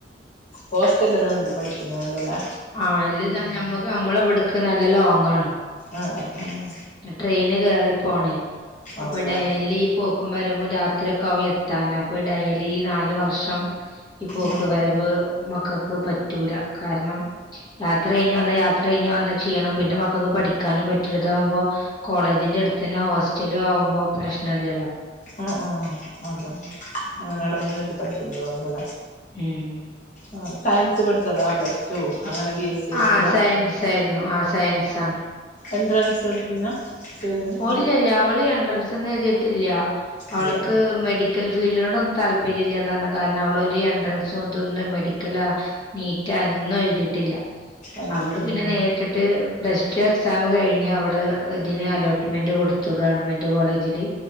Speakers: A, on the left; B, on the left.
A: ഹോസ്റ്റൽല്ല് നിന്നിട്ട് പഠിക്കുന്ന ആന്തൊല്ലേ
B: ആ അല്ലത് ഞമ്മക്ക് അമ്മളെവ്ട്ക്ക് നല്ല ലോങ്ങാണ്
A: ആഹ് ആഹ് ആഹ്
B: ട്രെയിന് കേറി പോണേയ് അപ്പൊ
A: ആഹ് അതാ
B: ഡയലി പോ ക്കും വരവും രാത്രി ഒക്കെ ആകും എത്താന് അപ്പൊ ഡെയലി ഈ നാല് വർഷം ഈ പോക്ക്
A: ആ
B: വരവ് മക്കക്ക് പറ്റൂല കാരണം യാത്ര കഴിഞ്ഞ് വന്ന യാത്ര കഴിഞ്ഞ് വന്ന ക്ഷീണം പിന്നെ മക്കക്ക് പഠിക്കാനും പറ്റൂല്ല ഇതാകുമ്പോ കോളേജിന്റെ അടുത്ത് തന്നെ ഹോസ്റ്റലും ആവുമ്പോ പ്രശ്നല്ലല്ലോ
A: ആ ആ അതാ
B: ഉം ഇങ്ങനെ
A: അങ്ങനെട നിന്നിട്ട് പഠിക്കുന്നതാവും തല്ലേ
B: ഉം
A: ആ സയൻസ് പഠിച്ചതാ പ്ലസ് ടു അങ്ങനെ ബി എസ് സി എടുത്തതാ
B: ആ സയൻസ് ആയിര്ന്നു ആ സയൻസ് ആണ്
A: എൻഡ്രൻസോട്ത്തീന്നാ <unintelligible>
B: ഓ ഇല്ല്യ ല്ല അവള് എൻട്രൻസ് ഒന്നും എഴുതിട്ടില്ല അവൾക്ക്
A: ഇല്ലേ
B: മെഡി മെഡിക്കൽ ഫീൽഡിനോടൊന്നും താല്പര്യല്ലന്ന് പറഞ്ഞു കാരണം അവളൊരു എൻട്രൻസും ഇതൊന്ന മെഡിക്കലാ നീറ്റാ എന്നും എഴുതിട്ടില്ല
A: അല്ല
B: അവള് പിന്നെ നേരിട്ട്ട്ട് പ്ലസ് ടു എക്സാം കഴിഞ്ഞ് അവള് ഇതിനെ അലോട്ട ലോട്ട് മെന്റ് കൊടുത്തു ഗവൺമെന്റ് കോളേജില്